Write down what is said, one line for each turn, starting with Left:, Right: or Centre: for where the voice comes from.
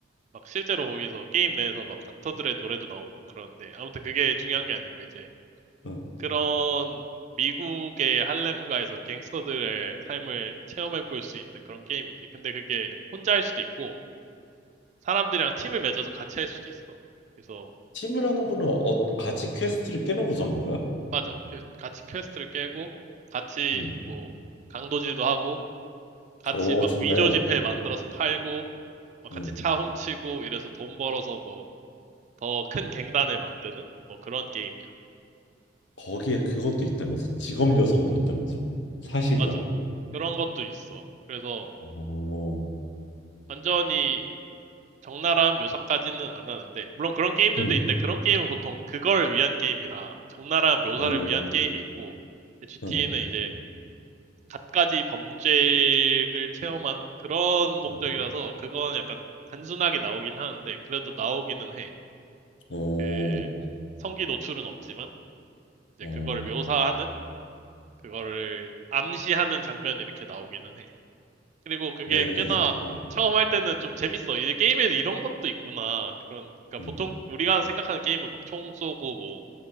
Right: 막 실제로 거기서 게임 내에서 막 닥터들의 노래도 나오고 그러는데 아무튼 그게 중요한 게 아니고 이제
Left: 응.
Right: 그런 미국의 할렘가에서 갱스터들의 삶을 체험해 볼 수 있는 그런 게임이지. 근데 그게 혼자 할 수도 있고 사람들이랑 팀을 맺어서 같이 할 수도 있어. 그래서
Left: 팀이라는 거는 어, 같이 퀘스트를 깨는 구성인 거야?
Right: 맞아. 그- 같이 퀘스트를 깨고, 같이
Left: 응.
Right: 뭐, 강도질도 하고, 같이
Left: 오,
Right: 막
Left: 좋네.
Right: 위조 지폐 만들어서 팔고, 막 같이
Left: 응.
Right: 차 훔치고, 이래서 돈 벌어서 뭐, 더 큰 갱단을 만드는? 뭐 그런 게임이야.
Left: 거기에 그것도 있다면서 직업 여성도 있다면서 사실이야?
Right: 맞아. 그런 것도 있어. 그래서
Left: 오,
Right: 완전히 적나라한 묘사까지는 안 하는데, 물론 그런 게임들도
Left: 응,
Right: 있는데, 그런 게임은 보통 그걸 위한 게임이라, 적나라한 묘사를
Left: 응,
Right: 위한 게임이 있고, 그 GTA는
Left: 응,
Right: 이제 갖가지 범죄를 체험하는 그런 목적이라서
Left: 응.
Right: 그건 약간 단순하게 나오긴 하는데 그래도 나오기는 해.
Left: 오,
Right: 그 성기 노출은 없지만 이제
Left: 어,
Right: 그거를 묘사하는 그거를 암시하는 장면이 이렇게 나오기는 해. 그리고 그게
Left: 내가
Right: 꽤나
Left: 그, 어,
Right: 처음 할 때는 좀 재밌어. 이제 게임에도 이런 것도 있구나. 그런 그러니까
Left: 응,
Right: 보통 우리가 생각하는 게임은 막 총 쏘고 뭐